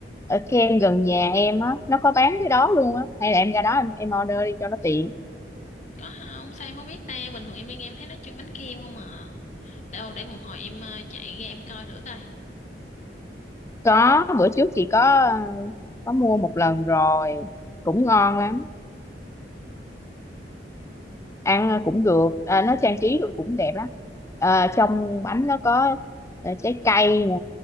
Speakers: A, on the left; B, on the left.
A: ở kem gần nhà em á nó có bán cái đó luôn á hay là em ra đó em, em order đi cho nó tiện
B: có không sao em không biết ta bình thường em đi nghe em thấy nó trưng bánh kem không à đâu để một hồi em à, chạy ra em coi thử coi
A: có bữa trước chị có ờ, có mua một lần rồi cũng ngon lắm ăn ờ, cũng được à, nó trang trí được cũng đẹp lắm à, trong bánh nó có à, trái cây nè